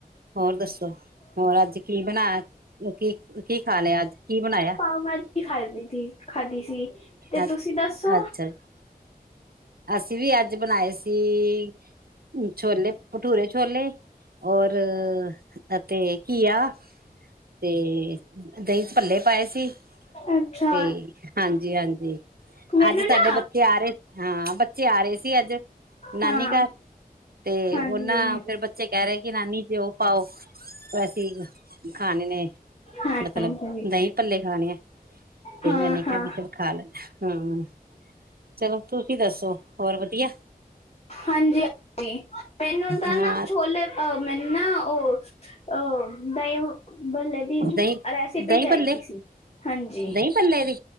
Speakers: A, on the right (about 75°); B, on the left (about 45°).
A: ਹੋਰ ਦੱਸੋ, ਹੋਰ ਅੱਜ ਕੀ ਬਨਾਇਆ? ਕੀ-ਕੀ ਖਾ ਲਿਆ ਅੱਜ? ਕੀ ਬਨਾਇਆ?
B: ਰੋਟੀ ਖਾਈ ਦੀ ਤੀ, ਖਾਦੀ ਸੀ। ਤੇ
A: ਅੱ
B: ਤੁਸੀ ਦੱਸੋ?
A: ਅੱਛਾ ਜੀ, ਅਸੀਂ ਵੀ ਅੱਜ ਬਨਾਏ ਸੀ, ਛੋਲੇ ਭਠੂਰੇ ਛੋਲੇ। ਹੋਰ ਅਤੇ ਘਿਆ। ਤੇ ਦਹੀਂ ਚ ਭੱਲੇ ਪਾਏ ਸੀ।
B: ਅੱਛਾ,
A: ਤੇ ਹਾਂਜੀ-ਹਾਂਜੀ
B: ਮੈਨੂੰ
A: ਅੱਜ ਸਾਡੇ
B: ਨਾ
A: ਬੱਚੇ ਆ ਰਹੇ। ਹਾਂ ਬੱਚੇ ਆ ਰਹੇ ਸੀ ਅੱਜ, ਨਾਨੀ
B: ਹਾਂ,
A: ਘਰ। ਤੇ ਉਹਨਾਂ
B: ਹਾਂਜੀ,
A: ਫਿਰ ਬੱਚੇ ਕਹਿ ਰਹੇ ਕਿ ਨਾਨੀ ਘਿਓ ਪਾਓ। ਵੈਸੇ ਈ ਖਾਨੇ ਨੇਂ,
B: ਹਾਂਜੀ,
A: ਮਤਲਬ ਦਹੀਂ ਪੱਲੇ ਖਾਨੇ ਐਂ। ਤੇ
B: ਹਾਂ-ਹਾਂ।
A: ਮੈਂਨੇ ਕਿਹਾ ਵੀ ਚਲ ਖਾ ਲੈਨ ਹੰ ਚਲੋ ਤੁਸੀ ਦ ਦੱਸੋ, ਹੋਰ ਵਧੀਆ?
B: ਹਾਂਜੀ-ਹਾਂਜੀ ਮੈਨੂੰ ਤਾਂ
A: ਹਾਂ
B: ਨਾਂ ਵ ਛੋਲੇ, ਅਹ ਮੈਨੂੰ ਨਾਂ ਓਹ-ਓਹ ਦਹੀ ਭੱਲੇ ਦੀ
A: ਦਹੀਂ
B: ਰੈਸਿਪੀ
A: ਦਹੀਂ
B: ਚਾਹੀਦੀ
A: ਭੱਲੇ
B: ਸੀ, ਹਾਂਜੀ।
A: ਦਹੀਂ ਭੱਲੇ ਦੀ